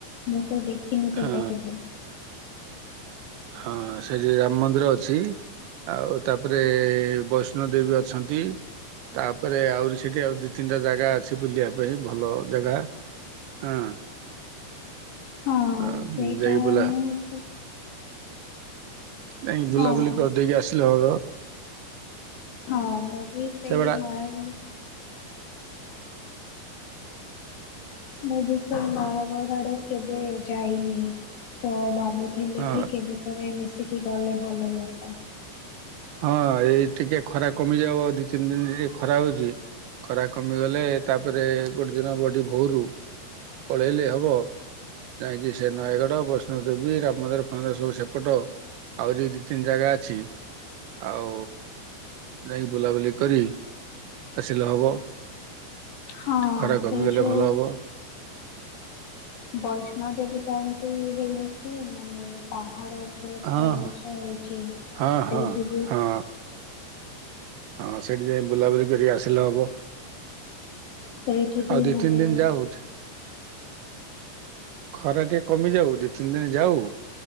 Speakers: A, on the left; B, on the right.
A: ମୁଁ ତ ଦେଖ ଖିନି ସେଇଟା
B: ହଁ
A: କେଵେ
B: ହଁ ସେଠି ରାମ ମନ୍ଦିର ଅଛି ଆଉ ତାପରେ ବୈଷ୍ଣୋ ଦେବୀ ଅଛନ୍ତି ତାପରେ ଆହୁରି ସେଠି ଆଉ ଦି ତିନିଟା ଜାଗା ଅଛି ବୁଲିବା ପାଇଁ ଭଲ ଜାଗା ହଁ
A: ହଁ
B: ଯାଇକି
A: ସେଇଟା
B: ବୁଲା
A: ମୁଁ ସେ
B: ନାଇଁ ବୁଲାବୁଲି
A: ହଁ
B: କରିଦେଇକି ଆସିଲେ ହର
A: ହଁ ମୁଁ ବି ସେଇ
B: ସେଗୁଡା
A: ନୟାଗ ମୁବି ସେୟା ନୟାଗଡ଼ କୁଆଡ଼େ କେବେ ଯାଇନି ତ ଭାବୁ ଭାବୁଥିଲି
B: ହଁ
A: କି କେବେ ଥରେ ମିଶିକି ଗଲେ ଭଲ ହୁଅନ୍ତା।
B: ହଁ ଏଇ ଟିକେ ଖରା କମିଯାଉ ଦି ତିନି ଦିନ ଟିକେ ଖରା ହଉଛି ଖରା କମିଗଲେ ତାପରେ ଗୋଟେ ଦିନ ବଢି ଭୋରୁ ପଳେଇଲେ ହବ ଯାଇକି ସେ ନୟାଗଡ ବୈଷ୍ଣୋବ ଦେବୀ ରାମ ମନ୍ଦିର ଫନ୍ଦିର ସବୁ ସେପଟ ଆହୁରି ଦି ତିନି ଜାଗା ଅଛି ଆଉ ଯାଇ ବୁଲାବୁଲି କରି ଆସିଲେ ହବ।
A: ହଁ
B: ଖରା କମିଗଲେ
A: ସେଇ ଯୁ
B: ଭଲ ହବ।
A: ବୈଷ୍ଣବ ଦେବୀ ଟା ଏମିତି ହେଇନି କି ମାନେ ପାହାଡ ଉପ ଉପରେ ପୁରା
B: ହଁ
A: ଉଞ୍ଚ
B: ହଁ
A: ହେଇଛି
B: ହଁ ହଁ
A: ସେଇଠି ବି
B: ହଁ ହଁ ସେଠି ଯାଇ ବୁଲାବୁଲି କରିକି ଆସିଲେ ହବ।
A: ସେଇଠି କି
B: ଆଉ ଦି
A: ମାନେ
B: ତିନି ଦିନ ଯାଉ ଖରା ଟିକେ କମି ଯାଉ ଦି ତିନି ଦିନ ଯାଉ